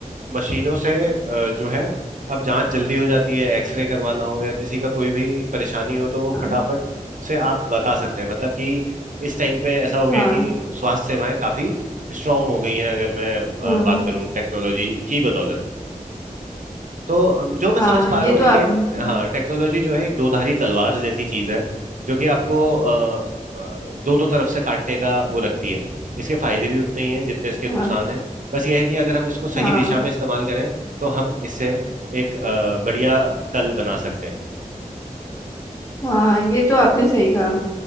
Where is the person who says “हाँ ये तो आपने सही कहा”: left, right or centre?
Left